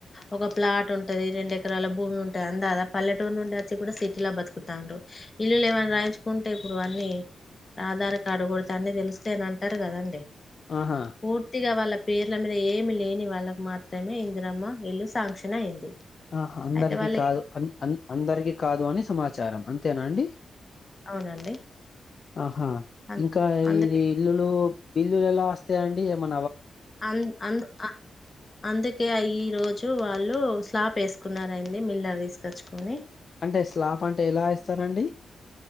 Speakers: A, on the left; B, on the left.
A: ఒక ప్లా ప్లాట్ ఉంటది రెండు ఎకరాల భూమి ఉంటది అందా పల్లెటూరు నుండి వచ్చి కూడా సిటీలో బతుకుతాండ్రూ ఇల్ లే ఏమన్న రాయించుకుంటే ఇప్పుడు అన్నీ ఆధార్ కార్డు కొడితే అన్ని తెలిస్తయ్ అని అంటారు కదండి
B: ఆహా
A: పూర్తిగా వాళ్ళ క్ పేర్ల మీద ఏమి లేని వాళ్ళకు మాత్రమే ఇందిరమ్మ ఇల్లు శాంక్షన్ అయింది
B: ఆహ అందరికీ
A: అయితే వాళ్ళు
B: కాదు అన్ అన్ అందరికీ కాదు అని సమాచారం అంతేనా అండి
A: అవునండి
B: ఆహా
A: అ
B: ఇంకా
A: అందుకే
B: ఇది ఇల్లులు బిల్లులు ఎలా వస్తాయిండి ఏమన్
A: అంధ్ అంధ్ అ అందుకే ఆ ఈ రోజు వాళ్ళు స్లాప్ ఏసుకున్నారయింది మిల్లర్ తీసుకొచ్చుకొని
B: అంటే స్లాప్ అంటే ఎలా ఏస్తారండి